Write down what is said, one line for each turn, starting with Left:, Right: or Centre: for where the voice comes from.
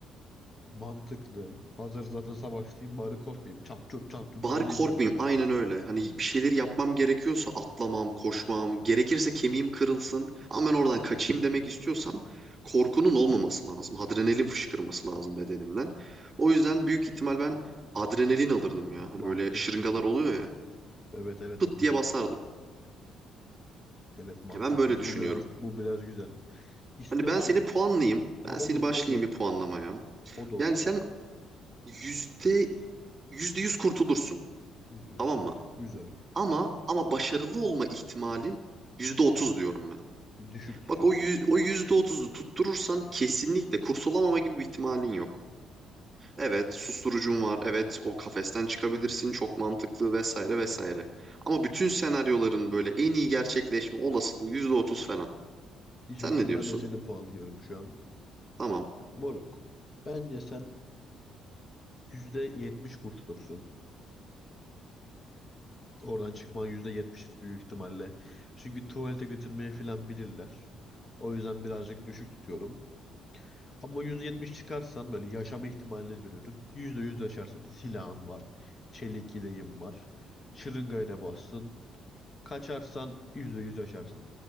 Left: Mantıklı. Hazır zaten savaştayım bari korkmayayım. Çat çut çat çut
Right: Bari
Left: dalayım
Right: korkmayayım.
Left: milleti.
Right: Aynen öyle. Hani bir şeyleri yapmam gerekiyorsa atlamam, koşmam, gerekirse kemiğim kırılsın ama ben oradan kaçayım demek istiyorsam korkunun olmaması lazım. Adrenalin fışkırması lazım bedenimden. O yüzden büyük ihtimal ben adrenalin alırdım ya. Hani
Left: Mantıklı.
Right: böyle şırıngalar oluyor ya.
Left: Evet evet
Right: Pıt
Left: anladım.
Right: diye basardım.
Left: Evet mantıklı.
Right: Ya ben böyle düşünüyorum.
Left: Bu biraz bu biraz güzel. İstiyorsam
Right: Hani ben seni puanlayayım. Ben
Left: ha, olur
Right: seni başlayayım
Left: olur.
Right: bir puanlamaya.
Left: O da olur.
Right: Yani sen yüzde yüzde yüz kurtulursun.
Left: Yüzde yüz.
Right: Tamam
Left: Okey.
Right: mı?
Left: Güzel.
Right: Ama ama başarılı olma ihtimalin yüzde otuz diyorum ben.
Left: Düşük tutuyorsun.
Right: Bak o yüz, o %30'u tutturursan kesinlikle kurtulamama gibi bir ihtimalin yok. Evet, susturucun var. Evet, o kafesten çıkabilirsin. Çok mantıklı vesaire vesaire. Ama bütün senaryoların böyle en iyi gerçekleşme olasılığı %30 falan.
Left: İstiyorsan
Right: Sen ne diyorsun?
Left: ben de senin puanlıyorum şu an.
Right: Tamam.
Left: Moruk. Bence sen %70 kurtulursun. Oradan çıkman %70 büyük ihtimalle. Çünkü tuvalete götürmeye falan bilirler. O yüzden birazcık düşük tutuyorum. Ama %70 çıkarsan böyle yaşama ihtimalini veriyorum. %100 yaşarsın. Silahın var. Çelik yeleğin var. Şırıngaya da bassın. Kaçarsan %100 yaşarsın.